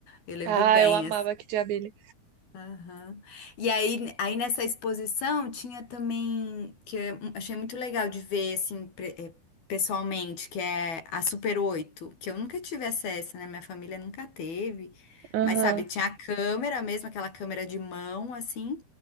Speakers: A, on the left; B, on the right.
A: Eu lembro
B: Ah,
A: bem
B: eu amava
A: assim.
B: aqui de abelha.
A: Aham. E aí, aí nessa exposição tinha também, que eu achei muito legal de ver, assim, pre- eh, pessoalmente, que é a Super 8 que eu nunca tive acesso, né? Minha família nunca teve.
B: Aham.
A: Mas, sabe, tinha a câmera mesmo, aquela câmera de mão, assim,